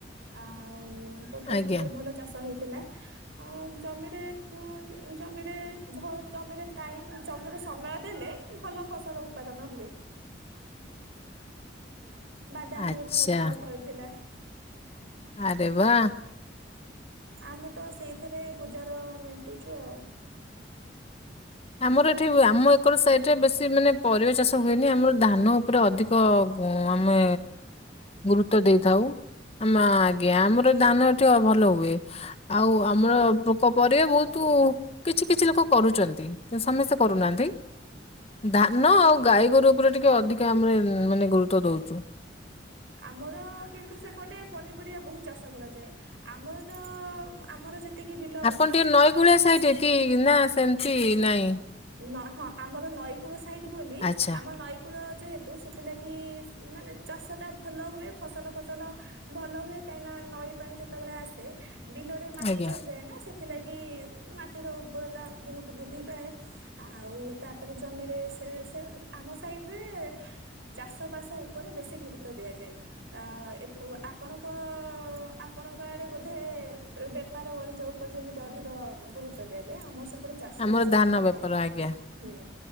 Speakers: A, on the right; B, on the left.
A: ଆଉ ପୋଟଳ
B: ଆଜ୍ଞା
A: ଫୋଟଳ ଭଲ ଚାଷ ହେଇଥିଲା। ଆଉ ଜମିରେ ଉଁ ଏ ଜମିରେ ଭୋଉତ ଜମିରେ ଟାଇମ୍ ଜମିରେ ସମୟ ଦେଲେ ଭଲ ଫସଲ ଉପାଦାନ ହୁଏ। ବାଦାମ୍
B: ଆଚ୍ଛା
A: ବି ଏଥର ଭଲ ଫଳି ଥିଲା।
B: ଆରେ ବା।
A: ଆମେ ତ ସେଇଥେରେ ଗୁଜାର ମେଣ୍ଟୁଚୁ ଆଉ।
B: ଆମର ଏଠି ଉ ଆମ ଏକର ସାଇଟରେ ବେଶୀ ମାନେ ପରିବା ଚାଷ ହୁଏନି ଆମର ଧାନ ଉପରେ ଅଧିକ କ ଉଁ ଆମେ ଗୁରୁତ୍ୱ ଦେଇଥାଉ। ଆମ ଆଜ୍ଞା ଆମର ଧାନ ଏଠି ଅ ଭଲ ହୁଏ। ଆଉ ଆମର ପୋକ ପରିବା ଭୋଉତୁ କିଛି କିଛି ଲୋକ କରୁଚନ୍ତି। କିନ୍ତୁ ସମସ୍ତେ କରୁନାଆନ୍ତି। ଧାନ ଆଉ ଗାଈ ଗୋରୁ ଉପରେ ଟିକେ ଅଧିକା ଆମେ ଉଁ ମାନେ ଗୁରୁତ୍ୱ ଦଉଚୁ।
A: ଆମର କିନ୍ତୁ ସେପଟେ ପନିପରିବା ବୋହୁତ ଚାଷ କରାଯାଏ। ଆମର ତ ଉଁ ଆମର ଯେ ତିକି ବିଲ
B: ଆପଣ
A: ଅଛି
B: ଟିକେ
A: ତା
B: ନଈ
A: ଧିଏରେ
B: କୂଳିଆ ସାଇଡ କି ନା
A: ହୁଁ
B: ସେମିତି ନାଇଁ
A: ନ ହଁ ଆମର ନଈକୂଳ ସାଇଟ୍ ବୋଲି
B: ଆଚ୍ଛା
A: ଆମର ନଈ କୂଳ ଯେହେତୁ ସେଥିଲାଗି ଉଁ ମାନେ ଚାଷ ଟା ଭଲ ହୁଏ ଫସଲ ଫସଲ ଭଲ ହୁଏ କାହିଁ ନା ନଈ ପାଣି ଯେତେବେଳେ ଆସେ ବିଲରେ ମାଟି
B: ଆଜ୍ଞା
A: ଚଢିଯାଏ ନା ସେଥିଲାଗି ଉଁ ମାଟିର ଉର୍ବରତା ବୋହୁତ ବୃଦ୍ଧି ପାଏ। ଆଉ ତାପରେ ଜମିରେ ସେ ସେ ଆମ ସାଇଟରେ ଚାଷ ବାସ ଉପରେ ବେଶୀ ଗୁରୁତ୍ୱ ଦିଆଯାଏ। ଆ ଏପ ଆପଣଙ୍କ ଆପଣଙ୍କ ଆଡେ ବୋଧେ ବେପାର ବଣିଜ ଉପରେ ଯେମିତି ଅଧିକ ଗୁରୁତ୍ୱ ଦିଆଯାଏ ଆମର ପଟେ ଚାଷ
B: ଆମର
A: ବାସ
B: ଧାନ
A: ଉପରେ
B: ବେପାର
A: ଅଧୀ
B: ଆଜ୍ଞା।
A: ହୁଁ